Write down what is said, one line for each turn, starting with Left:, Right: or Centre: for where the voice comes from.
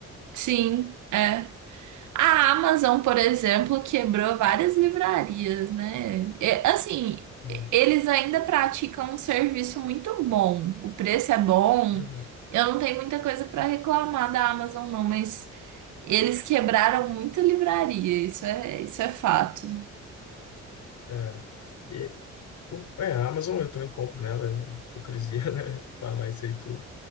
Right: Sim, é. A Amazon, por exemplo, quebrou várias livrarias, né? É, assim,
Left: Sim.
Right: eles ainda praticam um serviço muito bom. O preço é bom.
Left: Uhum.
Right: Eu não tenho muita coisa para reclamar da Amazon, não, mas eles quebraram muita livraria. Isso é, isso é fato.
Left: É. E, o- é, a Amazon eu também compro nela, é hipocrisia, <laughs> né? Falar isso aí tudo.